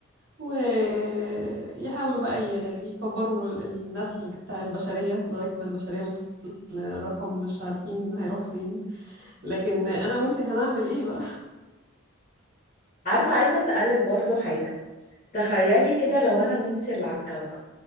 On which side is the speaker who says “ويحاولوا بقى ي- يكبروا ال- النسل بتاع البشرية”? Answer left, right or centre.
Right